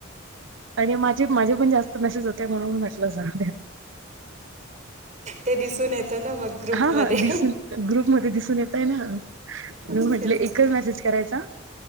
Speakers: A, on the right; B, on the right.
A: आणि माझे, माझे पण जास्त मॅसेज होते म्हणून <unintelligible>
B: ते दिसून येतं ना मग ग्रुपमध्ये
A: हा हा दिसून ग्रुपमध्येध्ये दिसून येतय ना आ्ही
B: तेच
A: म्हटलं एकच
B: ना
A: मेसेज करायचा